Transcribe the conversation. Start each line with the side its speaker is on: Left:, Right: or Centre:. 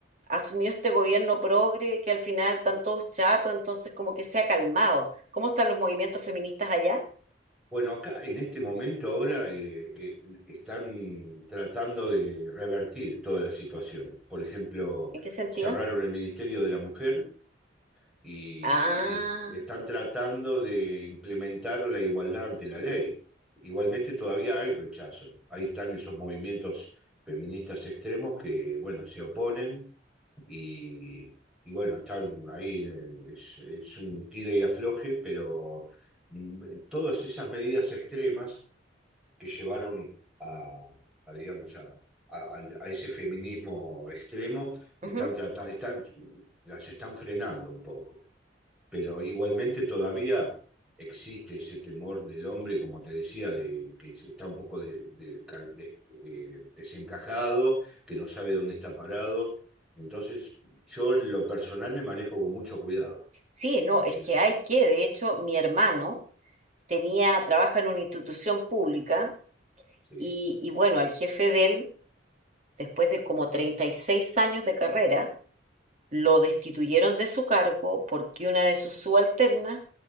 Right: asumió este gobierno progre que al final están todos chatos, entonces como que se ha calmado. ¿Cómo están los movimientos feministas allá?
Centre: Bueno, acá en este momento ahora eh, eh, están tratando de revertir toda la situación. Por ejemplo,
Right: ¿En qué sentido?
Centre: cerraron el Ministerio de la Mujer y,
Right: Ah,
Centre: y es- están tratando de implementar la igualdad ante la ley. Igualmente todavía hay rechazo. Ahí están esos movimientos feministas extremos que, bueno, se oponen y, y bueno, están ahí, en- es, es un tire y afloje, pero mm, todas esas medidas extremas que llevaron a, a, digamos, a, a- al- a ese feminismo extremo, están
Right: ujú.
Centre: tratando, están, las están frenando un poco pero igualmente todavía existe ese temor del hombre, como te decía, de que está un poco de- de- de- eh, desencajado, que no sabe dónde está parado. Entonces, yo en lo personal me manejo con mucho cuidado.
Right: Sí, no,
Centre: El-
Right: es que hay que, de hecho, mi hermano tenía,
Centre: sí,
Right: trabaja en una institución pública
Centre: sí,
Right: y, y bueno, al jefe de él, después de como 36 años de carrera, lo destituyeron de su cargo porque una de sus subalternas